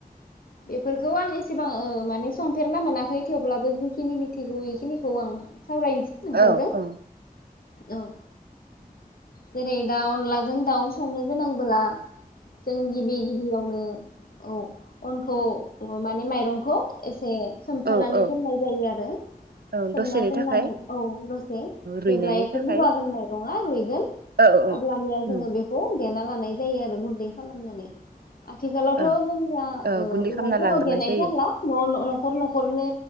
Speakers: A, on the left; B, on the right.
A: बेफोरखौ आं एसे सिबां ओ माने सम फेरना मोनाखै थेवब्लाबो जि <unintelligible> थिखौ इखिनिखौ आं सावरायनोसै नोंथांजों
B: औ औ
A: औ। जेरै दा अनलाजों दाउ संनो गोनांबोला जों गिबि गिबियावनो औ अनखौ ने माइरंखौ एसे सोमथनानै
B: औ औ
A: दोननाय जायो आरो
B: औ
A: सोमना
B: दसेनि
A: दोननानै
B: थाखाय
A: औ दसे
B: रुइनायनि
A: जेब्ला एसे
B: थाखाय
A: बुगागोन माइरङा रुइगोन
B: औ
A: अब्लानिया जोङो
B: उम
A: बेखौ देना लानाय जायो आरो गुन्दै खालामनानै आथिखालावथ'
B: ओ
A: जोंनिया
B: ओ गुन्दै
A: उराल
B: खालामना
A: राव
B: लाग्रोनाय
A: देनाय
B: जायो
A: जानला नल नखर नखरनो